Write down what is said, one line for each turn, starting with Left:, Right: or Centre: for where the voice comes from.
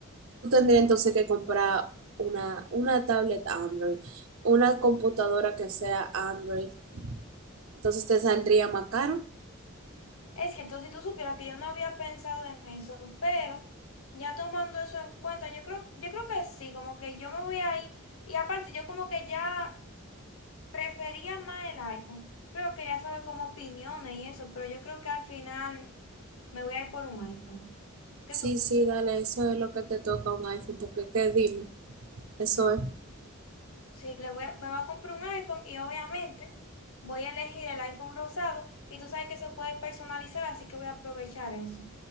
Right: Tú tendrías entonces que comprar una, una tablet Android, una computadora que sea Android, entonces te saldría más caro.
Left: Es cierto, si tú supieras que yo no había pensado en eso, pero ya tomando eso en cuenta, yo creo, yo creo que sí, como que yo me voy a ir, y aparte yo como que ya prefería más el iPhone, pero quería saber como opiniones y eso, pero yo creo que al final me voy a ir por un iPhone. ¿Qué
Right: Sí,
Left: tú? crees?
Right: sí, dale, eso es lo que te toca un iPhone, porque qué dime, eso es.
Left: Sí, le voy a- me voy a comprar un iPhone y obviamente voy a elegir el iPhone rosado y tú sabes que se puede personalizar, así que voy a aprovechar eso.